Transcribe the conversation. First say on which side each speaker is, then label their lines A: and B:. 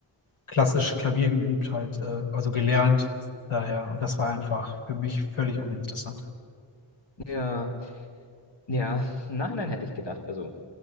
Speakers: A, on the left (about 90°); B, on the left (about 60°).
A: klassisch Klavier geübt, halt, äh, also gelernt daher. Und das war einfach für mich völlig uninteressant.
B: ja, ja, im Nachhinein hätte ich gedacht, also